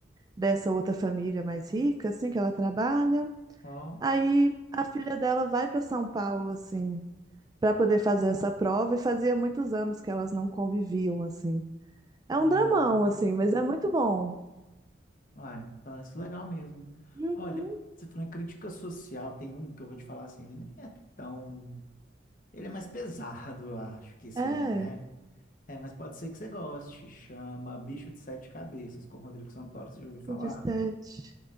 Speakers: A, on the right; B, on the left.
A: dessa outra família mais rica, assim, que ela trabalha.
B: Ó,
A: Aí a filha dela vai para São Paulo, assim para poder fazer essa prova e fazia muitos anos que elas não conviviam assim. É
B: hum.
A: um dramão assim, mas é muito bom.
B: Ai, parece legal mesmo.
A: Uhum.
B: Olha, você falou em crítica social, tem um que eu vou te falar assim, ele nem é tão Ele é mais pesado, eu acho, que esse
A: É,
B: aí, né? É, mas pode ser que você goste. Chama Bicho de Sete Cabeças, com Rodrigo Santoro, você já ouviu falar?
A: o de sete